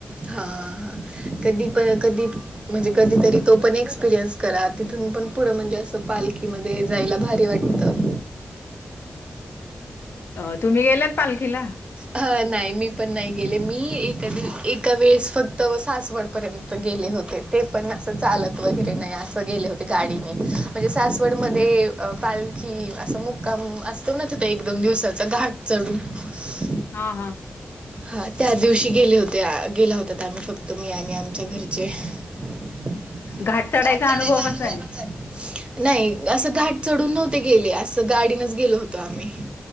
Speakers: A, on the right (about 25°); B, on the left (about 70°).
A: हां हां कधीं पं कधीं म्हणजे कधींतरी तो पणं एक्सपिरियन्स करां तिथूंन पणं पुढं म्हणजे असं पालखीमध्यें जायलां भारी वाटतं
B: अं तुम्हीं गेलांत पालखीलां
A: हं नाहीं मी पणं नाहीं गेले मी एकां मी एकां वेळेस फक्तं सांसवडं पर्यंत गेले होते ते पणं असं चालतं वगैरें नाहीं असं गेले होते गाडीने म्हणजे सांसवडं मध्यें पालखी असां मुक्कांम असतो नां ते तरं एक दोन दिवसांच घांट चढूंन
B: हां हां
A: हां त्यां दिवशी गेले होते गेलां होतां तरं आम्हीं फक्तं मी आणि आमच्यां घरंचे घांट
B: घाट चढायचा
A: चढांयचा
B: अनुभव कसा
A: अनुभवचं
B: आहे
A: आहे नाहीं असं घांट चढूंन नव्हते गेले असं गाडीनचं गेलो होतो आम्हीं